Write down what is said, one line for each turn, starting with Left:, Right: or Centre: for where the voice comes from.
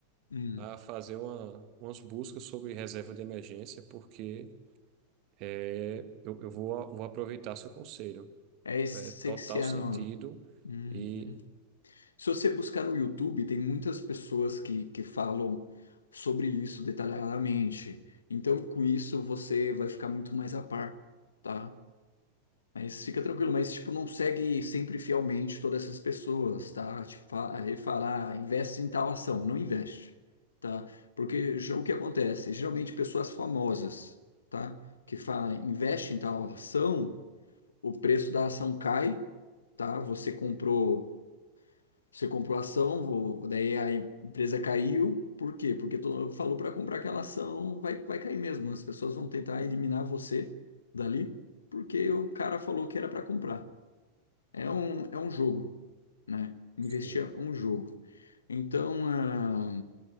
Left: Hum,
Right: a fazer uma, umas buscas sobre reserva de emergência, porque é, eu, eu vou, a- vou aproveitar seu conselho.
Left: é essencial.
Right: É total sentido
Left: Uhum.
Right: e...
Left: Se você buscar no YouTube, tem muitas pessoas que, que falam sobre isso detalhadamente. Então, com isso, você vai ficar muito mais a par, tá? Mas fica tranquilo, mas, tipo, não segue sempre fielmente todas essas pessoas, tá? Tipo, fa- ele fala, ah, investe em tal ação, não investe, tá? Porque ge- o que acontece? Geralmente, pessoas famosas, tá? Que falam, investe em tal ação, o preço da ação cai, tá? Você comprou você comprou a ação, vou- daí a empresa caiu, por quê? Porque todo mundo falou para comprar aquela ação, vai, vai cair mesmo. As pessoas vão tentar eliminar você dali, porque o cara falou que era para comprar. É um, é um jogo, né? Investir
Right: Sim.
Left: é um jogo. Então, ah,